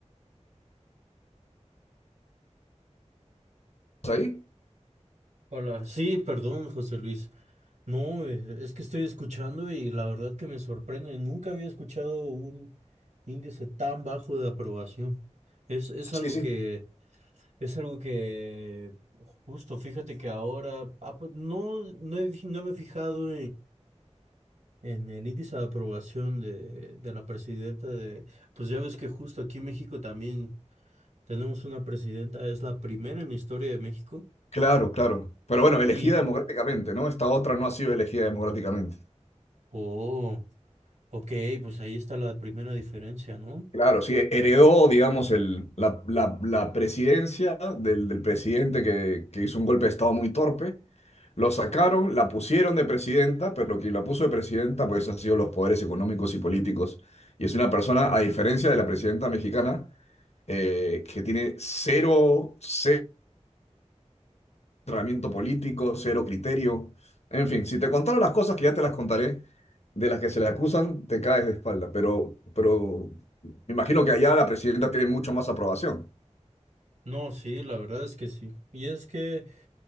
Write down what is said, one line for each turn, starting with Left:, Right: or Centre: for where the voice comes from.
Left: ¿Estás ahí?
Right: Hola, Sí, perdón, José Luis. No, eh, es que estoy escuchando y la verdad que me sorprende. Nunca había escuchado un índice tan bajo de aprobación. Es, es
Left: Sí,
Right: algo
Left: sí,
Right: que, es algo que, justo, fíjate que ahora, ah, pues, no, no he fi- no me he fijado En el índice de aprobación de, de la presidenta de, pues ya ves que justo aquí en México también tenemos una presidenta, es la primera en la historia de México.
Left: Claro, claro. Pero bueno, elegida
Right: Y,
Left: democráticamente, ¿no? Esta otra no ha sido elegida democráticamente.
Right: oh, ok, pues ahí está la primera diferencia, ¿no?
Left: Claro, sí, heredó, digamos, el, la, la- la presidencia del, del presidente que, que hizo un golpe de Estado muy torpe. Lo sacaron, la pusieron de presidenta, pero quien la puso de presidenta, pues han sido los poderes económicos y políticos. Y es una persona, a diferencia de la presidenta mexicana, eh, que tiene cero, cero entrenamiento político, cero criterio. En fin, si te contaron las cosas que ya te las contaré, de las que se le acusan, te caes de espalda. Pero, pero me imagino que allá la presidenta tiene mucho más aprobación.
Right: No, sí, la verdad es que sí. Y es que,